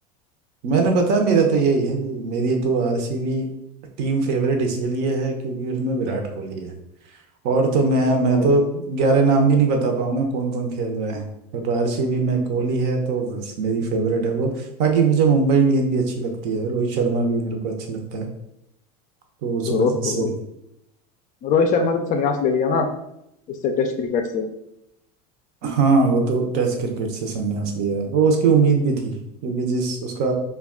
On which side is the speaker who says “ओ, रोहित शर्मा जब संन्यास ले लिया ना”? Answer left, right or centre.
Left